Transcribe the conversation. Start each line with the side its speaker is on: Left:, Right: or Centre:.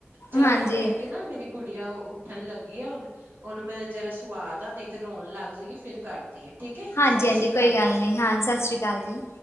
Right: ਚਲੋ
Left: ਹਾਂਜੀ
Right: ਇੱਕ ਨਾ ਮੇਰੀ ਗੁ--ਪ ੜੀਆ ਉੱਠਣ ਲੱਗੀ ਐ ਓਨੂੰ ਮੈਂ ਜਰਾ ਸਵਾ ਦਾ ਨਹੀਂ ਤੇ ਰੋਣ ਲੱਗ ਜੇਗੀ ਫਿਰ ਕਰਦੀ ਆ- ਠੀਕ ਹੈ
Left: ਹਾਂਜੀ-ਹਾਂਜੀ
Right: ਸਤਿ ਸ੍ਰੀ ਅਕਾਲ
Left: ਕੋਈ ਗੱਲ
Right: ਜੀ
Left: ਨੀ ਹਾਂ ਸਤਿ ਸ੍ਰੀ ਅਕਾਲ ਜੀ।